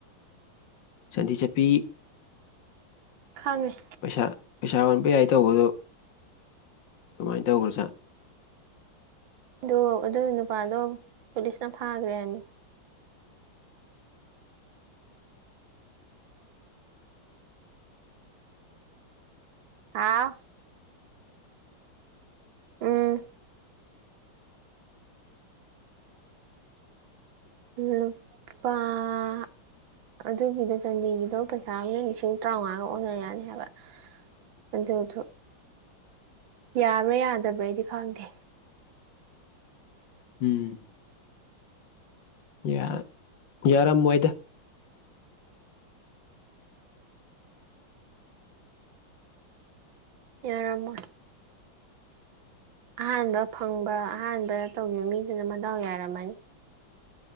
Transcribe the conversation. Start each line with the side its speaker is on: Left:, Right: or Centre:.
Left: ꯆꯥꯟꯗꯤ ꯆꯞꯄꯤ
Right: ꯈꯪꯉꯦ
Left: ꯄꯩꯁꯥ ꯄꯩꯁꯥ ꯑꯣꯟꯕ ꯌꯥꯏ ꯇꯧꯕꯗꯨ ꯀꯃꯥꯏ ꯇꯧꯈ꯭ꯔ ꯖꯥꯠꯅꯣ
Right: ꯑꯗꯣ ꯑꯗꯨꯏ ꯅꯨꯄꯥꯗꯣ ꯄꯨꯂꯤꯁꯅ ꯐꯥꯒ꯭ꯔꯦ ꯍꯥꯏꯃꯤ ꯍꯥꯥꯎ ꯎꯝ ꯎꯝ ꯂꯨꯄꯥ ꯑꯗꯨꯒꯤꯗꯣ ꯆꯥꯟꯗꯤꯒꯤꯗꯣ ꯄꯩꯁꯥ ꯑꯃꯅ ꯂꯤꯁꯤꯡ ꯇꯔꯥ ꯃꯉꯥꯒ ꯑꯣꯟꯅ ꯌꯥꯅꯤ ꯍꯥꯏꯕ ꯑꯗꯨꯊꯣ ꯌꯥꯕ꯭ꯔ ꯌꯥꯗꯕ꯭ꯔꯩꯗꯤ ꯈꯪꯗꯦ
Left: ꯎꯝ ꯌꯥ ꯌꯥꯔꯝꯃꯣꯏꯗ
Right: ꯌꯥꯔꯝꯃꯣꯏ ꯑꯍꯥꯟꯕ ꯐꯪꯕ ꯑꯍꯥꯟꯕ ꯇꯧꯒꯤꯕ ꯃꯤꯗꯨꯅ ꯃꯗꯥꯎ ꯌꯥꯔꯝꯃꯅꯤ